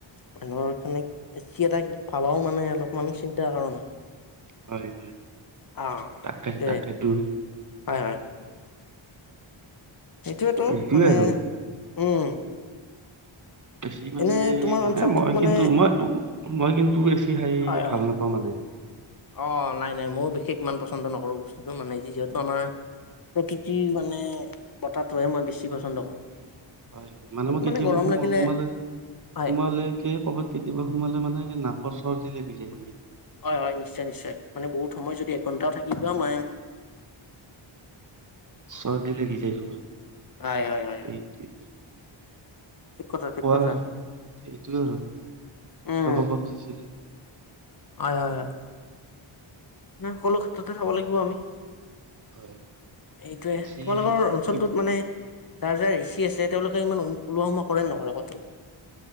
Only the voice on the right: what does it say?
হয় হয়
তাকে
তাকেইটো
এইটোৱে
আৰু
বেছি মানে
মানে
মই
কিন্তু মই মই কিন্তু এ চি খাই
ভাল
নাপাওঁ মানে
হয় মানে
মই কেতিয়াবা
সোম
সোমালে
সোমলে কে কৰ'ৰবাত কেতিয়াবা সোমালে মানে নাম <unintelligible> অৰ সহজি লাগি যায় <unintelligible>
সৰ্দি লাগী যায় তোমাৰ
এই
কোৱাৰ
সেইটো আৰু কিবা
কব খুজিছিলে?
হয়
বেছি
কি